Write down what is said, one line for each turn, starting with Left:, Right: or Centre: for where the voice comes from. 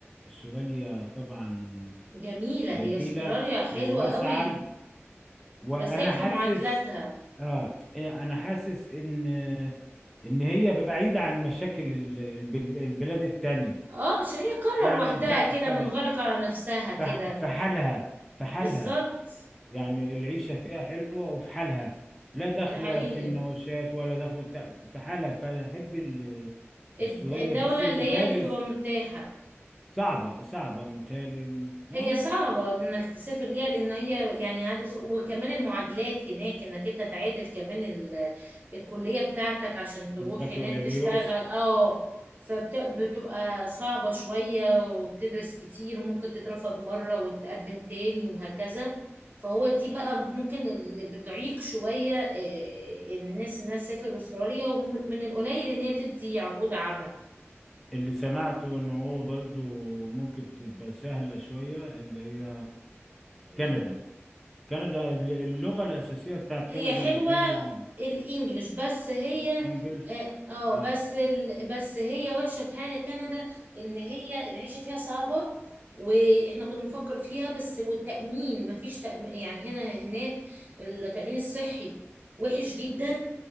Centre: أستراليا طبعا
Right: جميلة
Centre: جميلة
Right: هي استراليا حلوة
Centre: وواسعة
Right: قوي
Centre: وانا
Right: بس هي في
Centre: حاسس
Right: معادلاتها
Centre: اه إيه، انا حاسس ان ان هي بعيدة عن مشاكل ال- البل- البلاد التانية
Right: اه عشان هي قارة
Centre: يعني
Right: لوحدها
Centre: ف...
Right: كده
Centre: ف...
Right: منغلقة على نفسها كده
Centre: ف... في حالها في حالها
Right: بالظبط
Centre: يعني العيشة فيها حلوة وفي حالها لا داخلة
Right: ده حقيقي
Centre: في مناوشات ولا داخلة بتاع في حالها فأحب ال-
Right: الد-
Centre: استراليا
Right: الدولة
Centre: بس متهيألي
Right: اللي هي اللي تبقى مرتاحة
Centre: صعبة صعبة متهيألي يعني
Right: هي صعبة انك تسافر ليها لان هي يعني عدد وكمان المعادلات هناك انك انت تعادل كمان ال- الكلية بتاعتك عشان تروح
Centre: البكالوريوس
Right: هناك تشتغل اه فبتبقى صعبة شوية وبتدرس كتير وممكن تترفض مرة وتقدم تاني وهكذا فهو دي بقى ممكن اللي بتعيق شوية إيه، الناس انها تسافر استراليا ومن القليل ان هي تدي عقود عمل
Centre: اللي سمعته إن هو برضو ممكن تبقى سهلة شوية اللي هي
Right: مم.
Centre: كندا كندا الل- اللغة الأساسية بتاعت
Right: هي
Centre: كندا
Right: حلوة
Centre: متهيألي
Right: الانجليش بس هي
Centre: الإنجليش
Right: اه آه،
Centre: آه.
Right: بس ال... بس هي وحشة في حاجة كندا ان هي العيشة فيها صعبة واحنا كنا بنفكر فيها بس والتأمين مفيش تأمين يعني هنا هناك التأمين الصحي وحش جدا